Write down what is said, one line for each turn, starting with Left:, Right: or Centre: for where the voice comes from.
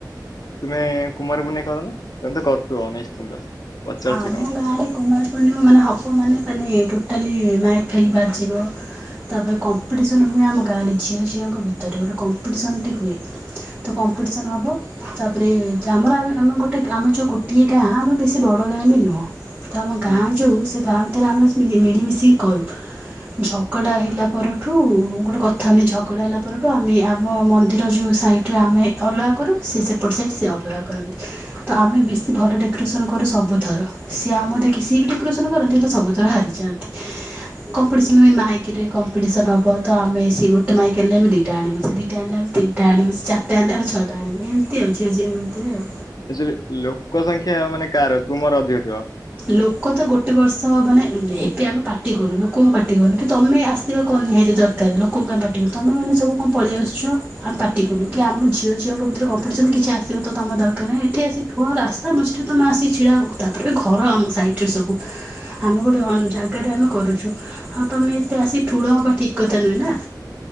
Left: ତୁମେ କୁମାର ପୂନେଇଁ କରନା ତମେ ତ କରୁଥିବ ନିଶ୍ଚିନ୍ତ। ପଚାରୁଛି
Right: ଆମ
Left: କଣ
Right: ଗାଁରେ କୁମାର ପୂର୍ଣ୍ଣିମା ମାନେ ହବ ମାନେ ମାନେ ଟୋଟାଲି ମାଇକ ଫାଇକି ବାଜିବ ତାପରେ କମ୍ପିଟିସନ ହୁଏ ଆମ ଗାଁରେ ଝିଅ ଝିଅଙ୍କ ଭିତରେ ଗୋଟେ କମ୍ପିଟିସନଟି ହୁଏ। ତ କମ୍ପିଟିସନ ହବ ତାପରେ ଆମର ଆଉ ଏ ଆମ ଗୋଟେ ଗ୍ ଆମେ ଯୋଉ ଗୋଟିଏ ଗାଁ ଆମେ ବେଶୀ ବ ବଡ ଗାଁ ବି ନୁହଁ ତ ଆମ
Left: ପାଇଁ
Right: ଗାଁ ଯୋଉ ସେ ଗାଁ ଭିତରେ ଆମେ ଯ୍ ମିଳିମିଶିକି କରୁ। ଝଗଡ଼ା ହେଲା ପରଠୁ ଗୋଟେ କଥାକୁ ନେଇ ଝଗଡ଼ା ହେଲା ପରଠୁ ଆଉ ଆମେ ଆମ ମନ୍ଦିର ଯୋଉ ସାଇ ଏଠି ଆମେ ଅଲଗା କରୁ ସେ ସେପଟ ସାଇଡ ସେ ଅଲଗା କରନ୍ତି ତ ଆମେ ବେଶୀ ଭଲ ଡାକୋରେସନ କରୁ ସ୍ ସବୁଥର ସିଏ ଆମ ଦେଖି ସିଏ ବି ଡେକୋରେସନ କରନ୍ତି ହେଲେ ସବୁଥର ହାରିଯାଆନ୍ତି। କମ୍ପିଟିସନ ହୁଏ ମାଇକରେ କମ୍ପିଟିସନ ହବ ତ ଆମେ ସିଏ ଗୋଟେ ମାଇକ ହେଲେ ଆମେ ଦିଇଟା ଆଣିବୁ ସିଏ ଦିଇଟା ଆଣିଲେ ଆମେ ତିନଟା ଆଣିବୁ ସିଏ ଚାରଟା ଆଣଲେ ଆଉ ଛଅଟା ଆଣିବୁ ଏମତି ଆଉ ଝିଅ ଝିଅଙ୍କ ଭିତରେ ଆଉ।
Left: ଆକଚୋଲି ଲୋକ ସଂଖ୍ୟା ମାନେ କାହାର ତୁମର ଅଧିକ ଥିବ।
Right: ଲୋକ ତ ଗୋଟେ ବର୍ଷ ମାନେ ଏ ଏବେ ଆମେ ପାଟି କରୁ ଲୋକଙ୍କୁ ପାଟି କରୁ କି ତମେ ଆସ୍ ସିବା କଣ ନିହାତି ଦରକାର ଲୋକଙ୍କୁ ଆମେ ପାଟି କରୁ ତମେମାନେ ସବୁ କଣ ପଳେଇ ଆସୁଚ ଆମେ ପାଟି କଲୁ କି ଆମେ ଝିଅ ଝଅଙ୍କ ଭିତରେ କମ୍ପିଟିସନ କିଛି ଆସିବା ତ ତମ ଦରକାର ନାହିଁ ଏଠି ଆସି ଠୁଳ ରାସ୍ତା ମଝିରେ ତମେ ଆସି ଛିଡ଼ା ହବ ତାପରେ ବି ଘର ଆମ ସାଇଟରେ ସବୁ ଆମେ ଗୋଟେ କଣ ଜାଗାରେ ଆମେ କରୁଚୁ ଆଉ ତମେ ଏତେ ଆସି ଠୁଳ ହବା ଠିକ କଥା ନୁହେଁ ନା।